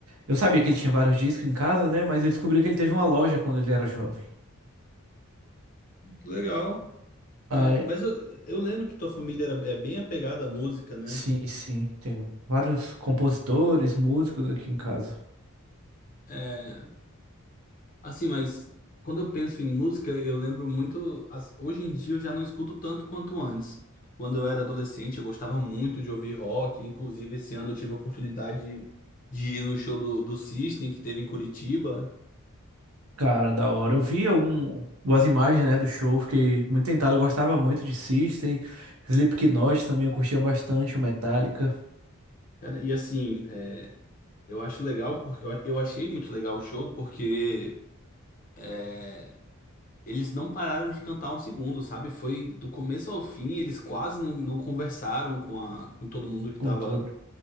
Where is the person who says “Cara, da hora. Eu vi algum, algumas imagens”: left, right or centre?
Right